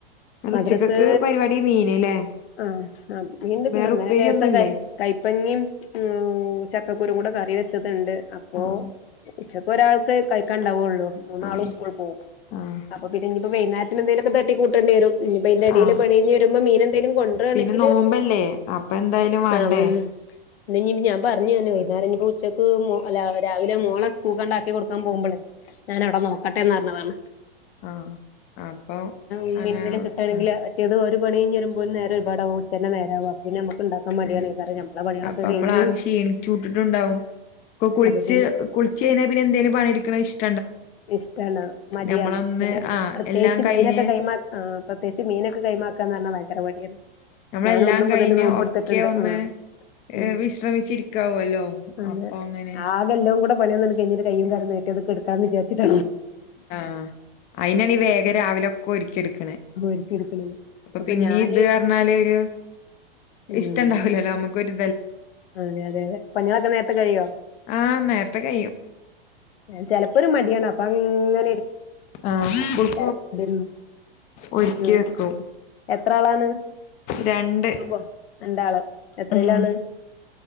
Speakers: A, on the left (about 30°); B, on the left (about 80°).
A: ന്നട്ട്
B: മദ്രസ്
A: ഉച്ചക്കക്ക് പരിപാടി മീന് ല്ലേ
B: ആ ആ മീൻ ഇണ്ട് പിന്നെ
A: വേറെ
B: ഇന്നലെ
A: ഉപ്പേരിയൊന്നുല്ലേ
B: രേസം കൈ കൈപ്പങ്ങിം ഉം ചക്കക്കുരുക്കുടെ കറി വെച്ചത് ഇണ്ട് അപ്പോ
A: ആഹ്
B: ഉച്ചക്ക് ഒരാൾക്ക് കഴിക്കാൻ ഇണ്ടാവൊള്ളു മൂന്നാളും
A: ആഹ്
B: സ്കൂൾ പോവും
A: ആഹ്
B: അപ്പൊ പിന്നെപ്പോ വൈനാര്ത്തിന് എന്തെലും ഒക്കെ തട്ടി കൂ ടെണ്ടി വെരും ഇഞ്ഞ്പ്പ അയിന്റെ എടീൽ
A: ആഹ്
B: പണി കഴ്ഞ്ഞ് വരുമ്പോ മീനെന്തെലും കൊണ്ട്രാണെങ്കിൽ
A: പിന്നെ നോമ്പല്ലേ അപ്പൊ എന്തായാലും വാണ്ടേ
B: ആ <unintelligible> ഇന്ന് ഇഞ്പ്പ ഞാൻ പർഞ്ഞ് ഇതെന്നെ വൈന്നാരം ഇഞ്ഞിപ്പ ഉച്ചക്ക് മോ അല്ല രാവിലെ മോളെ സ്കൂൾക്കാണ്ട് ആക്കി കൊട്ക്കാൻ പോവ്മ്പളെ ഞാൻ അവിടെ നോക്കട്ടെന്ന് പറഞ്ഞതാണ്
A: ആ അപ്പൊ
B: ഇന്ന്
A: അങ്ങനെ
B: എന്തെങ്കിലും കിട്ടുകണെങ്കിൽ
A: ഉം
B: മറ്റേത് ഒരു പണി നേരെ ഇപാടാവകു നേരകും പിന്നെ ഉണ്ടാക്കാൻ മടിയാണ്
A: ഉം
B: കാരണം ഞമ്മടെ പണികളൊക്കെ
A: അപ്പൊ
B: കഴിഞ്ഞ്
A: നമ്മളാകെ ക്ഷീണിച്ചൂട്ടിട്ടുണ്ടാവും കുളിച്ച്
B: അപ്പൊ പിന്നെ
A: കുളിച്ച് കഴിഞ്ഞാൽ പിന്നെ എന്തേലും പണിയെടുക്കണ ഇഷ്ട
B: ഇഷ്ടല്ല മടിയാണ്
A: ഞമ്മളൊന്ന്
B: പിന്നെ
A: ആഹ്
B: പ്രത്യേകിച്ച്
A: എല്ലാം കഴിഞ്ഞ്
B: മീനൊക്കെ കൈ മ പ്രത്യേകിച്ച് മീനൊക്കെ കൈ ഭയങ്കര മടിയാണ്
A: നമ്മളെല്ലാം
B: ഞാൻ ഒന്നു മുതൽ
A: കഴിഞ്ഞ്
B: നോമ്പടുത്തിട്ടുണ്ട്
A: ഒക്കെ ഒന്ന്
B: മ്
A: ഏഹ്
B: മ്
A: വിശ്രമിച്ചിരിക്കാവല്ലോ
B: അതെ
A: അപ്പൊ അങ്ങനെ
B: ആകെല്ലവും കൂടെ പണിയന്ന കഴിഞ്ഞിട്ട് <unintelligible> <unintelligible> ക്കെടുക്കാന്ന് വിചാച്ചിട്ട
A: ആ അയിനാണീ വേഗം രാവിലൊക്കെ ഒരുക്കി എടുക്കണ
B: ഓര്ക്ക് എടുക്കണത്
A: അപ്പൊ പിന്നീ
B: ഞാന്
A: ഇത് കാരണമാലെ ഒരു
B: ഉം
A: ഇഷ്ടം ഇണ്ടാവലല്ലോ നമുക്ക് ഒരു
B: അതെ അതെ അതെ പണികളൊക്കെ നേരത്തെ കഴിയോ
A: ആഹ് നേരത്തെ കഴിയും
B: ചിലപ്പോരു മടിയാണ് അപ്പ ഇങ്ങ
A: ആ <unintelligible>
B: ഉം
A: ഒരുക്കി
B: ഉം
A: വെക്കും
B: എത്ര ആളാണ്
A: രണ്ട്
B: <unintelligible> രണ്ട് ആള് എത്രയിലാണ്
A: ഉം